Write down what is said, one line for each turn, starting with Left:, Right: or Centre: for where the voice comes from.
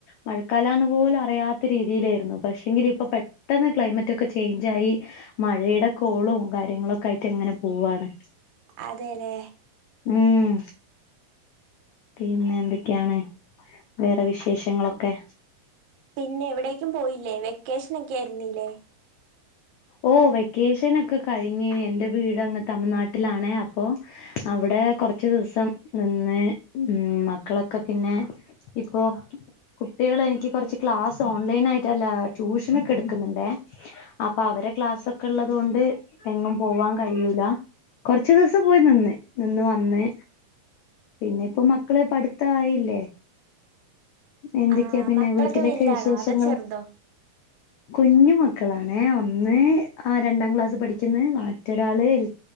Left: മഴക്കാല പോല അിയാത്ത രീതിയിലായിരുന്നു പക്ഷെങ്കിൽ ഇപ്പോ പെട്ടന്ന് ക്ലൈമറ്റ്, ഒക്കെ ചേഞ്ചായി, മഴ <unintelligible> പഴയുടെ കോളും കാര്യങ്ങള ഒക്കെ ആയിട്ട് എങ്ങനെ പോവുവാണ്.
Right: അതെലെ
Left: ഉം പിന്നെ? എന്തൊക്കെയാണ് വേറെ വിശേഷങ്ങളൊക്കെ.
Right: പിന്നെ. എവിടേക്കും പോയില്ലേ. വെക്കേഷന ഒക്കെ ആയിരുന്നീല്ലേ
Left: ഓ വെക്കേഷൻ ഒക്കെ കഴിഞ്ഞ്. എൻറെ വീടങ്ങ് തമിഴ്നാട്ട വീട്ടിലാണ് അപ്പോൊ അവിടെ കുറച്ചു ദിവസം നിന്ന് ഉ മക്കളൊക്കെ പിന്നെ ഇപ്പൊ കുട്ടികൾ എനിക്ക് കുറച്ച് ക്ലാസ് ഓൺലൈൻ ആയിട്ട്ല്ല ട്യൂഷന ഒക്കെ എടുക്കുന്നുണ്ടേ. അപ്പൊ അവരെ ക്ലാസ്സൊക്കെ ഉള്ളത് കൊണ്ട് എങ്ങും പോവാൻ കഴിയൂല. കൊറച്ചു ദിവസം പോയി നിന്ന് നിന്ന് വന്ന്. പിന്നെ. ഇപ്പൊ മക്കള് പഠിത്ത ആയില്ലേ. എന്തൊക്കെയാ
Right: ആ
Left: പിന്നെ
Right: മക്കളൊക്കെ
Left: വീട്ടിലൊക്കെ
Right: വലുതാണോ
Left: വിശേഷങ്ങളും,
Right: അതോ ചെറുതോ
Left: കുഞ്ഞും. മക്കളാണ് ഒന്ന് ആ രണ്ടാം ക്ലാസ് പഠിക്കുന്ന് മറ്റൊരാള്, എൽ